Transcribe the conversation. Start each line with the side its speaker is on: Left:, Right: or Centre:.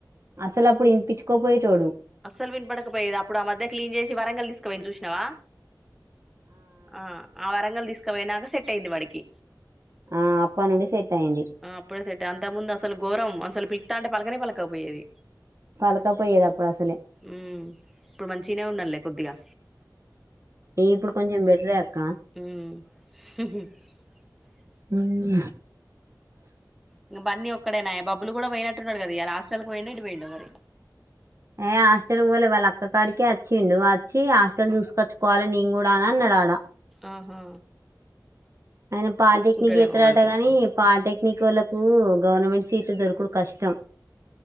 Right: అసలు అప్పుడు ఇనిపించుకోపోయేటోడు
Centre: అస్సలు వినపడకపోయేది అప్పుడు ఆ మధ్య క్లీన్ చేసి వరంగల్ తీస్కపోయను చూసినవా ఆ ఆ వరంగల్ తీస్కపోయినాక సెట్ అయింది వాడికి
Right: ఆ అప్ప నుండి సెట్ అయింది
Centre: ఆ అప్పుడే సెట్ అంత ముందు అసలు ఘోరాం అసలు పిలుతాంటే పలకనే పలకపోయేది
Right: పలక పోయేది అప్పుడు అసలే
Centre: మ్మ్ ఇప్పుడు మంచిగనే ఉన్నాడులే కొద్దిగా
Right: ఈ ఇప్పుడు కొంచెం బెట్రే అక్క
Centre: హ్మ్
Right: హ్మ్
Centre: ఇంకా బన్నీ ఒక్కడేనా బబ్లు కూడా పోయినట్టున్నాడు కదా ఇలా హాస్టల్ పోయిండో ఎటు పోయిండో మరి
Right: ఏ హాస్టల్ పోలే వాళ్ళ అక్క కాడికి వచ్చిండు వచ్చి హాస్టల్ చూసుకొచ్చుకోవాలి నేను కూడా అని అన్నాడు అడా
Centre: ఆహా
Right: ఆయన పాలిటెక్నిక్
Centre: చూసుకుంటాడేమో
Right: చేస్తాడట
Centre: వాడు కూడా
Right: గాని పాలిటెక్ మీకు వోళ్ళలకు గవర్నమెంట్ సీట్లు దొరకుడు కష్టం